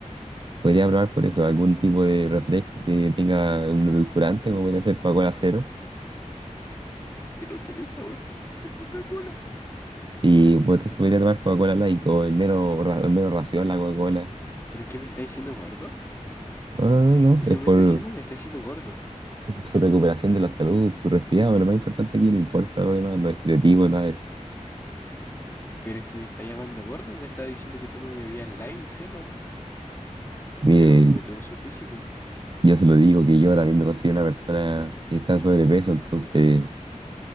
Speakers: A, on the right; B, on the left.
A: Podría probar por eso, algún tipo de refresco que tenga un edulcorante, como podría ser Coca-Cola cero.
B: que no tiene sabor la Coca-Cola.
A: Y pues entonces podría tomar Coca-Cola light o en menos, ra- en menos ración la Coca-Cola.
B: ¿Pero qué me está diciendo gordo?
A: No, no, no, no.
B: Eso
A: Es por,
B: me está diciendo, me está diciendo gordo.
A: <laughs> Es por su recuperación de la salud, su resfriado, pero lo más importante aquí no importa lo demás, los estereotipos, nada de eso.
B: Pero es que me está llamando gordo y me está diciendo que tome bebidas light y cero.
A: Mire,
B: Yo no me meto con su físico.
A: yo se lo digo que yo también me considero una persona que está en sobrepeso, entonces